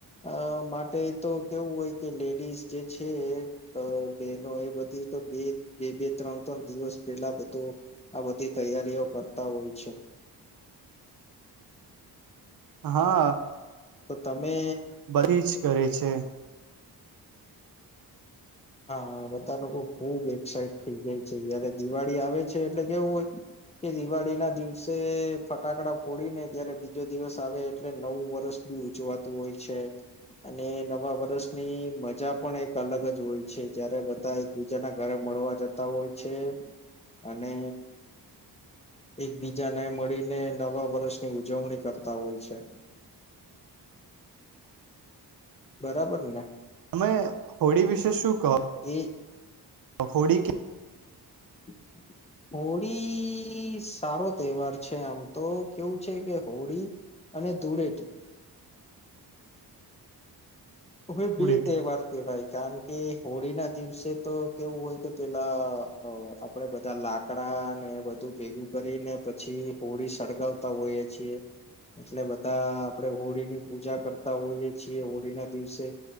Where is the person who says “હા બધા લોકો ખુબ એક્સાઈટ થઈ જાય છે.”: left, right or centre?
Left